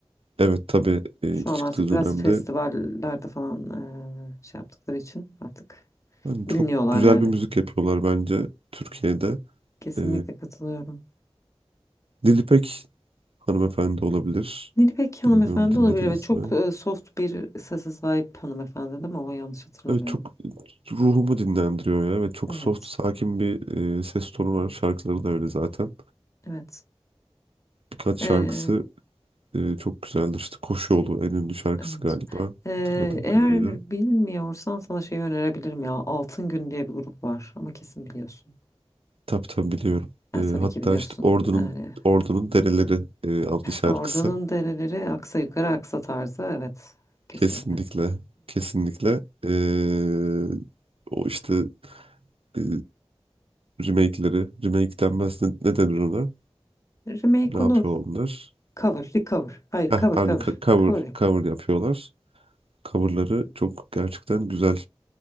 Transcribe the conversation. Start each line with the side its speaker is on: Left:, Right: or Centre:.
Right: Evet tabii e, ilk
Left: Şu an
Right: çıktığı
Left: artık
Right: dönemde
Left: biraz festivallerde falan e, şey yaptıkları için artık
Right: hani
Left: biliniyorlar
Right: çok güzel
Left: yani.
Right: bir müzik yapıyorlar bence Türkiye'de.
Left: Kesinlikle
Right: E,
Left: katılıyorum.
Right: Nilüpek hanımefendi olabilir.
Left: Nilüpek hanımefendi
Right: Bilmiyorum dinlediniz
Left: olabilir ve çok
Right: mi?
Left: e, soft bir sese sahip hanımefendi değil mi? O yanlış hatırlamıyorum.
Right: Evet çok ruhumu dinlendiriyor ya. ve çok
Left: Evet.
Right: soft, sakin bir e, ses tonu var. Şarkıları da öyle zaten.
Left: Evet.
Right: Birkaç
Left: Ee,
Right: şarkısı e, çok güzeldir. İşte Koşu Yolu en ünlü şarkısı
Left: evet.
Right: galiba
Left: Ee,
Right: hatırladığım
Left: eğer
Right: kadarıyla.
Left: bilmiyorsan sana şey önerebilirim ya. Altın Gün diye bir grup var ama kesin biliyorsun.
Right: Tabii tabii biliyorum.
Left: E,
Right: Ee,
Left: tabii
Right: hatta
Left: ki biliyorsun.
Right: işte Ordu'nun
Left: Yani
Right: Ordu'nun Dereleri e, adlı şarkısı.
Left: Ordunun dereleri aksa yukarı aksa tarzı. Evet. Kesinlikle.
Right: Kesinlikle. Kesinlikle. Ee, o işte e, remake'leri. Remake denmez. Ne, ne denir ona?
Left: Remake
Right: Ne yapıyor
Left: olur.
Right: onlar?
Left: Cover, recover. Hayır,
Right: Heh,
Left: cover,
Right: aynı
Left: cover.
Right: ka- cover,
Left: Cover
Right: cover yapıyorlar. Coverları çok gerçekten güzel.